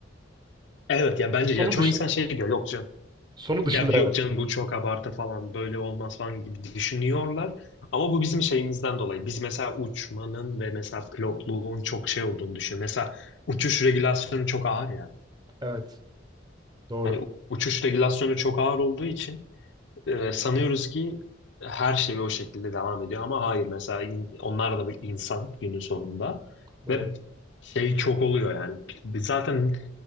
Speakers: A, on the left; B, on the right.
A: Evet ya bence
B: Sonu
A: ya çoğu
B: dışın,
A: insan şey diyor yok canım.
B: sonu
A: Ya
B: dışında
A: yok
B: evet.
A: canım bu çok abartı falan böyle olmaz falan gibi düşünüyorlar. Ama bu bizim şeyimizden dolayı. Biz mesela uçmanın ve mesela pilotluğun çok şey olduğunu düşünüyoruz. Mesela uçuş regülasyonu çok ağır ya.
B: Evet, doğru,
A: Hani uçuş regülasyonu çok ağır olduğu için Ee, sanıyoruz ki her şey o şekilde devam ediyor ama hayır mesela in- onlar da bir insan günün sonunda
B: doğru.
A: ve şey çok oluyor yani P- zaten